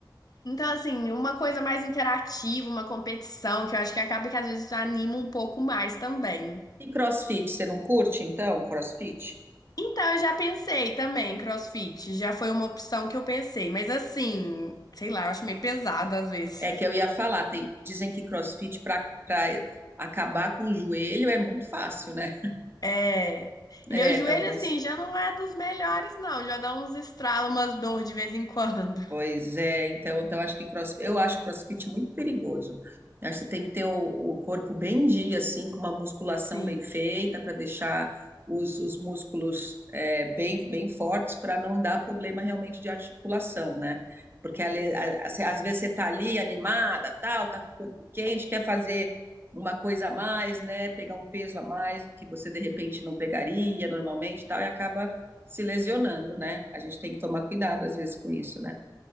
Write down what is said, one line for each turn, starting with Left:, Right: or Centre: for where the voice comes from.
Left: Então, assim, uma coisa mais interativa, uma competição, que eu acho que acaba que às vezes anima um pouco mais também.
Right: E CrossFit, você não curte, então, CrossFit?
Left: Então, eu já pensei também, CrossFit, já foi uma opção que eu pensei, mas assim, sei lá, eu acho meio pesado às vezes.
Right: É
Left: <laughs>
Right: que eu ia falar, tem- dizem que CrossFit para para acabar com o joelho é muito fácil, né?
Left: É.
Right: É,
Left: E meu joelho,
Right: talvez.
Left: assim, já não é dos melhores, não, já dá uns estralos, umas dor de vez em <laughs> quando.
Right: Pois é, então, então acho que cross, eu acho CrossFit muito perigoso. Eu Acho que você tem que ter o, o corpo bem em dia, assim, com uma musculação
Left: Sim.
Right: bem feita para deixar os, os músculos é, bem, bem fortes para não dar problema realmente de articulação, né? Porque ali- a- a- cê- às vezes você tá ali animada, tal, tá com o corpo quente, quer fazer uma coisa a mais, né? Pegar um peso a mais do que você de repente não pegaria normalmente, tal, e acaba se lesionando, né? A gente tem que tomar cuidado às vezes com isso, né?